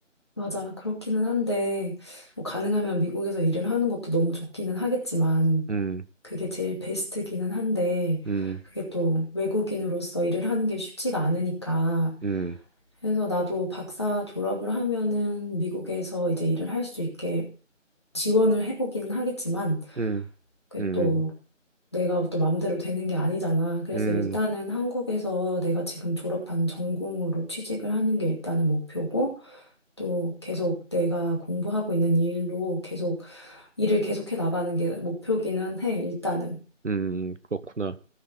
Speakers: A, on the left; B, on the right.
A: 맞아. 그렇기는 한데 뭐 가능하면 미국에서 일을 하는 것도 너무 좋기는 하겠지만
B: 음,
A: 그게 제일 베스트기는 한데,
B: 음,
A: 그게 또 외국인으로서 일을 하는 게 쉽지가 않으니까.
B: 음,
A: 그래서 나도 박사 졸업을 하면은 미국에서 이제 일을 할 수 있게 지원을 해보기는 하겠지만,
B: 음,
A: 그게
B: 음,
A: 또 내가 또 맘대로 되는 게 아니잖아. 그래서
B: 음,
A: 일단은 한국에서 내가 지금 졸업한 전공으로 취직을 하는 게 일단은 목표고, 또 계속 내가 공부하고 있는 일로 계속 일을 계속해 나가는 게 목표기는 해, 일단은.
B: 음, 그렇구나.